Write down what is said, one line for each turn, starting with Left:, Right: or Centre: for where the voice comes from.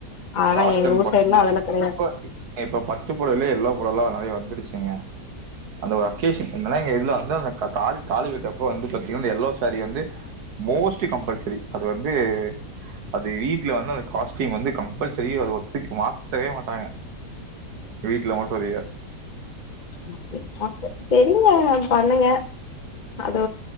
Left: அதெல்லா
Right: காட்டன்
Left: எங்க ஊர் சைட்லா அதெல்லா கெடையாது
Right: <inaudible> இப்ப பட்டுப்பொடயிலயே எல்லா பொடவ்லா நெறையா வந்துருச்சுங்க அந்த ஒரு அகேஷன் என்னனா எங்க இதுல வந்து அந்த தா தாலி கட்றப்ப வந்து பாத்திங்னா அந்த எல்லோ சாரி வந்து மோஸ்ட்லி கம்பல்சரி அது வந்து அது வீட்ல வந்து அந்த காஸ்ட்யூம் வந்து கம்பல்ச ரி அத ஒத்துக் மாத்தவே மாட்டாங்க எங் வீட்ல மட்டு அதய
Left: <inaudible> ஆச செரிங்க பண்ணுங்க அது